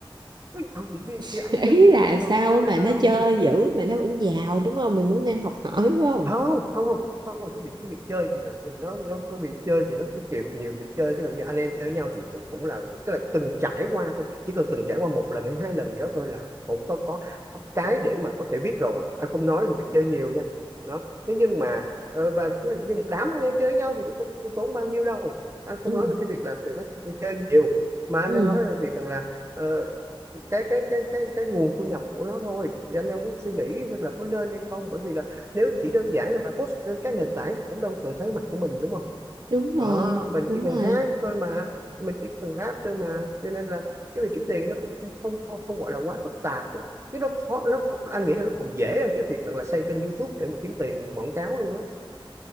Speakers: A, on the right (about 30°); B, on the right (about 50°).
A: có giàu chỉ vì
B: <laughs>
A: sự ăn chơi
B: ý
A: thì cũng
B: là
A: bình thường
B: sao
A: thôi
B: mà
A: đâu
B: nó
A: đâu
B: chơi dữ mà nó vẫn giàu đúng không mình muốn nên học hỏi phải không
A: không không không không cái việc cái việc chơi thì là- nó nó có việc chơi thì nó có kiểu nhiều kiểu chơi tức là như anh em chơi với nhau thì cũng cũng là tức là từng trải qua thôi chỉ cần từng trải qua một lần hay hai lần gì đó thôi là cũng có có, có cái để mà có thể biết rồi anh không nói về việc chơi nhiều nha đó thế nhưng mà ờ, và cứ như một đám anh em chơi với nhau thì cũng không, không tốn bao nhiêu đâu anh không
B: ừ
A: nói về cái việc là tụi nó chơi nhiều mà anh
B: ừ
A: đang nói về việc rằng là ờ, cái cái cái cái cái nguồn thu nhập của nó thôi thì anh đang muốn suy nghĩ xem là có nên hay không bởi vì là nếu chỉ đơn giản là post lên các nền tảng cũng đâu cần thấy mặt của mình đúng không
B: đúng rồi
A: đó mình
B: đúng
A: chỉ cần
B: rồi
A: hát thôi mà mình chỉ cần rap thôi mà cho nên là cái việc kiếm tiền nó cũng không không không, không gọi là quá phức tạp đó. cái nó khó nó anh nghĩ là nó còn dễ hơn cái việc là xây kênh YouTube để mà kiếm tiền quảng cáo luôn á